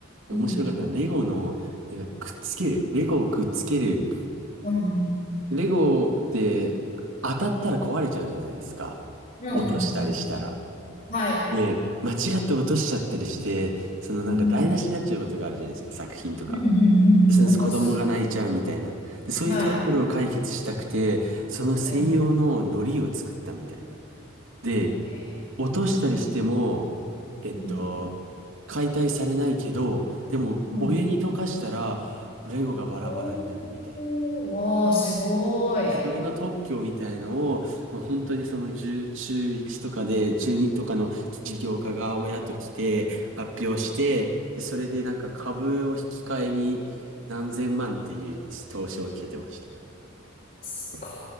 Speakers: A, on the right; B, on the left.
A: 面白かったのはレゴの、
B: うん
A: なんかくっつける、レゴをくっつける、
B: うんうん
A: レゴって当たったら壊れちゃうじゃないですか。
B: うんうんうん。
A: 落としたりしたら。
B: はい。
A: で、間違って落としちゃったりして、そのなんか台無しになっちゃうことがあるじゃないですか、
B: うん。
A: 作品とか。
B: うんうんうんうん。
A: そうです。
B: あります。
A: 子供が泣いちゃうみたいな。で、そういうトラブルを解決したくて、
B: はい。
A: その専用の糊を作ったみたいな。
B: はい。
A: で、
B: えー
A: 落としたりしても、えっと、
B: うん。
A: 解体されないけど、でもお湯に溶かしたら、
B: うんうん。
A: レゴがバラバラになるみたいな。
B: おーおーわあ、すごい。
A: で、それの特許みたいのを、もう本当にその中1とかで、中2とかの事業家が親と来て発表して、で、それでなんか株を引き換えに何千万っていう投資を受けてました。
B: すごい。
A: うん